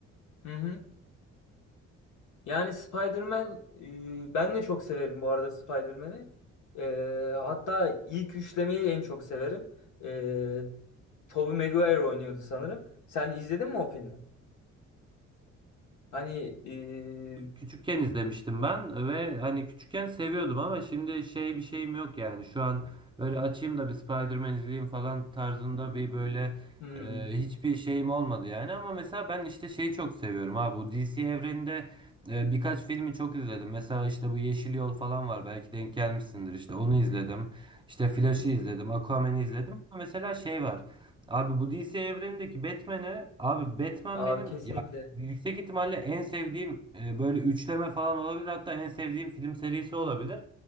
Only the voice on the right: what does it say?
Küçükken izlemiştim ben ve hani küçükken seviyordum ama şimdi şey bir şeyim yok yani. Şu an böyle açayım da bir Spider-Man izleyeyim falan tarzında bir böyle
e, hiçbir şeyim olmadı yani. Ama mesela ben işte şeyi çok seviyorum abi bu DC evreninde e, birkaç filmi çok izledim. Mesela işte bu Yeşil Yol falan var belki denk gelmişsindir işte onu izledim. İşte Flash'ı izledim, Aquaman'ı izledim. Ama mesela şey var. Abi bu DC evrenindeki Batman'ı abi Batman
benim
ya Yüksek ihtimalle en sevdiğim e, böyle üçleme falan olabilir. Hatta en sevdiğim film serisi olabilir.